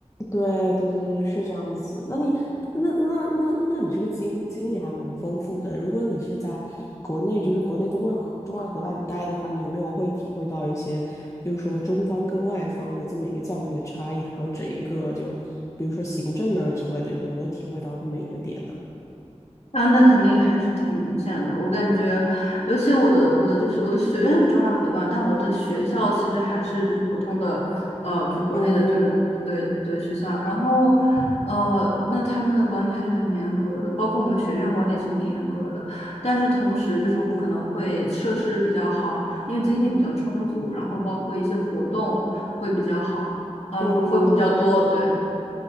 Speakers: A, on the left; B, on the left.
A: 对对对对，是这样子的。那你那那那那你这个经经历还蛮丰富的。如果你是在国内，就是国内中外合中外合办待的话，你有没有会体会到一些，就是说中方跟外方的这么一个教育的差异，还有整一个就比如说行政啊之类的，有没有体会到这么一个点呢？
B: 啊，那肯定还是挺明显的。我感觉，尤其我的我的就是我的学院是中外合办，但我的学校其实还是就是普通的，呃，就是国内的这个对对学校。
A: 嗯
B: 然后，呃，那他们的管理还是很严格的，包括我们学院管理也是挺严格的。但是同时，就是我们可能会设施比较好，因为经费比较充足，然后包括一些活动会比较好，啊、
A: 嗯，
B: 会会比较多，对。